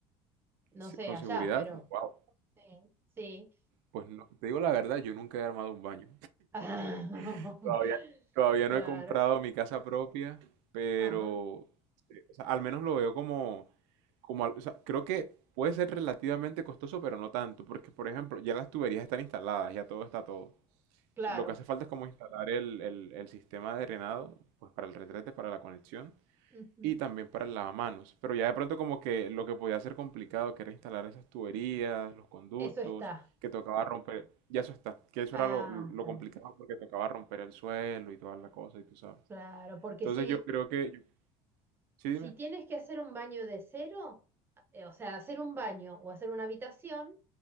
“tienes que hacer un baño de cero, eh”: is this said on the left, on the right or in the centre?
Right